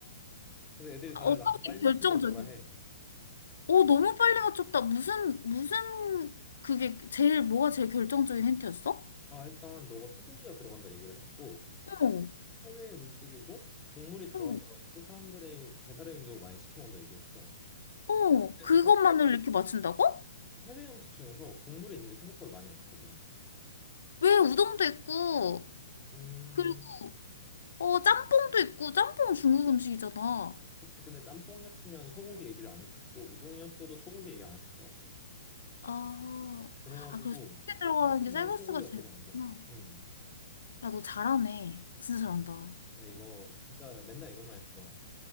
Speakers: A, on the left; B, on the left.
A: 그래서 애들이 다들
B: 어떻게
A: 나한테 빨리
B: 결정적이었어?
A: 맞춘다고 뭐라 해.
B: 어, 너무 빨리 맞췄다. 무슨, 무슨, 그게 제일, 뭐가 제일 결정적인 힌트였어?
A: 아 일단 너가 소고기가 들어간다 얘기를 했고
B: 어,
A: 해외 음식이고 국물이 들어간다고
B: 어,
A: 했고 사람들이 배달의 음식으로 많이 시켜 먹는다 얘기했어.
B: 어.
A: 근데
B: 그것만을
A: 사실
B: 이렇게 맞춘다고?
A: 해외 음식 중에서 국물이 있는 게 생각보다 많이 없거든.
B: 왜 우동도 있고,
A: 음,
B: 그리고, 어, 짬뽕도 있고, 짬뽕은 중국 음식이잖아.
A: 그치. 근데 짬뽕이었으면 소고기 얘기를 안 했겠고 우동이었어도 소고기 얘기 안 했을 것 같아.
B: 아,
A: 그래가지고
B: 아, 그리고 속에 들어가는
A: 무조건
B: 게 쌀국수가
A: 소고기가
B: 제일
A: 들어가는
B: 좋구나.
A: 게. 음.
B: 야, 너 잘하네. 진짜 잘한다.
A: 아, 근데 이거 진짜 맨날 이것만 했어.